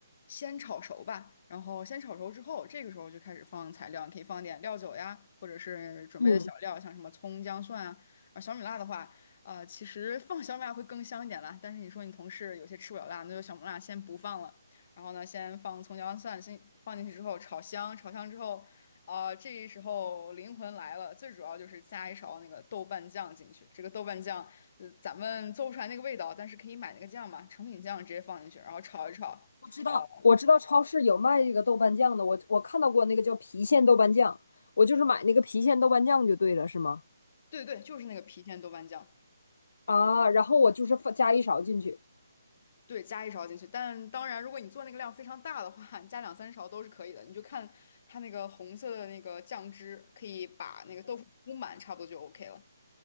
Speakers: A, on the left; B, on the left.
A: 先炒熟吧，然后先炒熟之后，这个时候就开始放材料，你可以放点料酒呀，或者是准备的小料，
B: 嗯，
A: 像什么葱、姜、蒜啊。啊，小米辣的话，呃，其实放小米辣会更香一点啦。但是你说你同事有些吃不了辣，那就小米辣先不放了。然后呢，先放葱、姜、蒜，先放进去之后炒香，炒香之后，啊、这时候灵魂来了，最主要就是加一勺那个豆瓣酱进去。这个豆瓣酱，呃，咱们做不出来那个味道，但是可以买那个酱嘛，成品酱直接放进去，然后炒一炒。
B: 我知道，
A: 呃
B: 我知道超市有卖这个豆瓣酱的，我我看到过那个叫郫县豆瓣酱，我就是买那个郫县豆瓣酱就对了，是吗？
A: 对对，就是那个郫县豆瓣酱，
B: 啊，然后我就是放加一勺进去。
A: 对，加一勺进去。但当然，如果你做那个量非常大的话，你加两三勺都是可以的。你就看它那个红色的那个酱汁，可以把那个豆腐铺满，差不多就 OK 了。